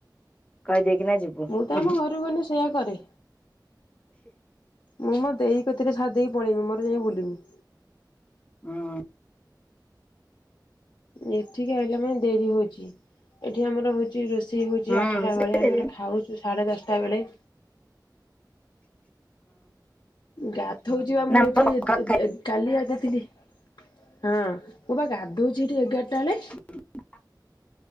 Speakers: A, on the left; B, on the left.
A: କହିଦେଇକିନା ଯିବୁ।
B: ମୁଁ ତ
A: ହଁ
B: ଆମ ଘରକୁ ଗଲେ ସେଇୟା କରେ। ମୁଁ ମୋ ଦେଇ କତିରେ ଛାଡ଼ିଦେଇକି ପଳେଇମି ମୋର ଯାଇ ବୁଲିମି।
A: ହଁ।
B: ଏଠିକି ଆଇଲା ମାନେ ଡେରି ହଉଚି। ଏଠି ଆମର ହଉଚି ରୋଷେଇ ହେଉଚି
A: ହୁଁ
B: ଆଠଟା
A: ସେ
B: ବେଳେ ଆମେ ଏଠି ଖାଉଚୁ ସାଢ଼େ ଦଶଟା ବେଳେ। ଗାଧଉଚିପା ମୁଁ
A: ନା
B: ଏଇଠି
A: ପଖାଳ ଖାଇ
B: ଏ କାଲି ଗାଧେଇ ଥିଲି ହଁ ମୁଁ ବା ଗାଧୋଉଚି ଏଠି ଏଗାରଟା ବେଳେ।
A: <unintelligible>